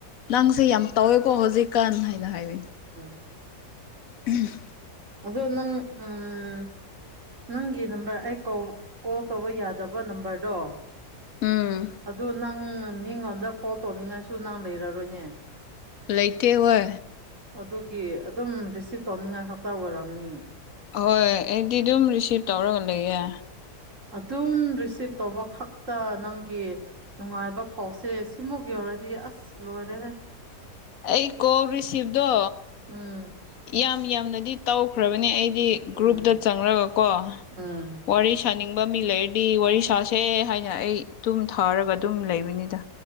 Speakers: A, on the left (about 60°); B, on the right (about 50°).
A: ꯅꯪꯁꯦ ꯌꯥꯝ ꯇꯧꯋꯦꯀꯣ ꯍꯧꯖꯤꯛꯀꯥꯟ ꯍꯥꯏꯅ ꯍꯥꯏꯔꯤ
B: ꯎꯝ
A: ꯎꯝ
B: ꯑꯗ ꯅꯪ ꯎꯝ ꯅꯪꯒꯤ ꯅꯝꯕꯔ ꯑꯩ ꯀꯣꯜ ꯇꯧꯕ ꯌꯥꯗꯕ ꯅꯝꯕꯔꯗꯣ
A: ꯎꯝ
B: ꯑꯗꯨ ꯅꯪ ꯃꯤꯉꯣꯟꯗ ꯀꯣꯜ ꯇꯧꯅꯤꯡꯉꯥꯏꯁꯨ ꯅꯪ ꯂꯩꯔꯔꯣꯏꯅꯦ
A: ꯂꯩꯏꯇ‌ꯦ ꯍꯣꯏ
B: ꯑꯗꯨꯒꯤ ꯑꯗꯨꯝ ꯔꯤꯁꯤꯞ ꯇꯧꯅꯤꯡꯉꯥꯏ ꯈꯛꯇ ꯑꯣꯏꯔꯕꯝꯅꯤ
A: ꯑꯍꯣꯏ ꯑꯩꯗꯤ ꯑꯗꯨꯝ ꯔꯤꯁꯤꯞ ꯇꯧꯔꯒ ꯂꯩꯌꯦ
B: ꯑꯗꯨꯝ ꯔꯤꯁꯤꯞ ꯇꯧꯕ ꯈꯛꯇ ꯅꯪꯒꯤ ꯅꯨꯡꯉꯥꯏꯕ ꯐꯥꯎꯁꯦ ꯁꯤꯃꯨ ꯌꯧꯔꯗꯤ ꯑꯁ ꯂꯣꯏꯔꯦ
A: ꯑꯩ ꯀꯣꯜ ꯔꯤꯁꯤꯚꯗꯣ
B: ꯎꯝ
A: ꯌꯥꯝ ꯌꯥꯝꯅꯗꯤ ꯇꯧꯈ꯭ꯔꯕꯅꯦ ꯑꯩꯗꯤ
B: ꯎꯝ
A: ꯒ꯭ꯔꯨꯞꯇ ꯆꯪꯂꯉꯒꯀꯣ
B: ꯎꯝ
A: ꯋꯥꯔꯤ ꯁꯥꯅꯤꯡꯕ ꯃꯤ ꯂꯩꯔꯗꯤ ꯋꯥꯔꯤ ꯁꯥꯁꯦ ꯍꯥꯏꯅ ꯑꯩ ꯑꯗꯨꯨꯝ ꯊꯥꯔꯕ ꯑꯗꯨꯝ ꯂꯩꯕꯅꯤꯗ